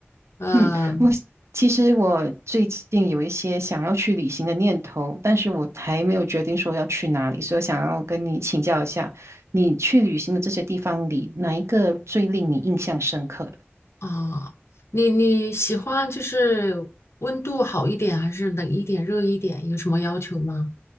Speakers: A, on the left; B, on the right.
A: 呃
B: 嗯，我其实我最近有一些想要去旅行的念头，但是我还没有决定说要去哪里，所以我想要跟你请教一下，你去旅行的这些地方里，哪一个最令你印象深刻的？
A: 啊，你你喜欢就是温度好一点，还是冷一点、热一点？有什么要求吗？